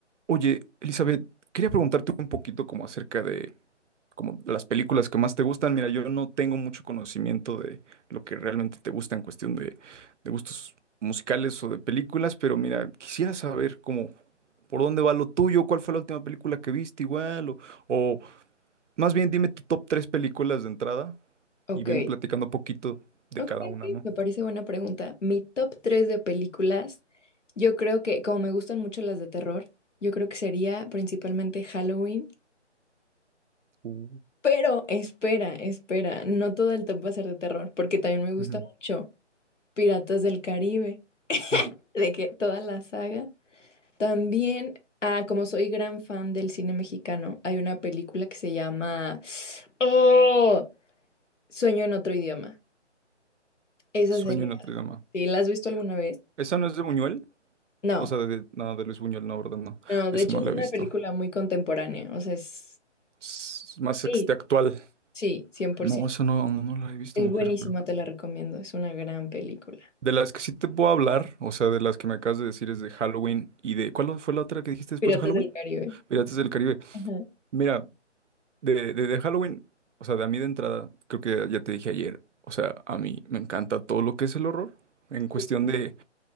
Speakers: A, on the right; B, on the left.
A: Oye, Elizabeth, quería preguntarte un poquito como acerca de como de las películas que más te gustan. Mira, yo no tengo mucho conocimiento de lo que realmente te gusta en cuestión de, de gustos musicales o de películas, pero mira, quisiera saber como por dónde va lo tuyo, cuál fue la última película que viste igual, o, o más bien dime tu top tres películas de entrada
B: Ok,
A: y ven platicando poquito de
B: ok,
A: cada
B: ok,
A: una, ¿no?
B: me parece buena pregunta. Mi top tres de películas, yo creo que, como me gustan mucho las de terror, yo creo que sería principalmente Halloween.
A: Uh,
B: Pero espera, espera, no todo el top va a ser de terror, porque también me gusta
A: ujú.
B: mucho Piratas del Caribe,
A: Ujú.
B: de que toda la saga. También, ah, como soy gran fan del cine mexicano, hay una película que se llama Oh, Sueño en otro idioma. Esa
A: Sueño
B: sería.
A: en Notre Dame.
B: ¿Sí? ¿La has visto alguna vez?
A: ¿Esa no es de Buñuel?
B: No,
A: O sea, de, no, de Luis Buñuel, no, ¿verdad? No,
B: no,
A: esa
B: de hecho
A: no
B: es
A: la he
B: una
A: visto.
B: película muy contemporánea, o sea, es...
A: Es más
B: Sí,
A: este actual.
B: sí, cien por
A: No,
B: ciento
A: esa no, no, no la he visto,
B: Es
A: mujer,
B: buenísima,
A: pero.
B: te la recomiendo, es una gran película.
A: De las que sí te puedo hablar, o sea, de las que me acabas de decir es de Halloween y de. ¿Cuál fue la otra que dijiste después
B: Piratas
A: de Halloween?
B: del Caribe.
A: Piratas del Caribe.
B: Ajá.
A: Mira, de, de, de Halloween, o sea, de a mí de entrada, creo que ya te dije ayer, o sea, a mí me encanta todo lo que es el horror, en cuestión
B: justo.
A: de.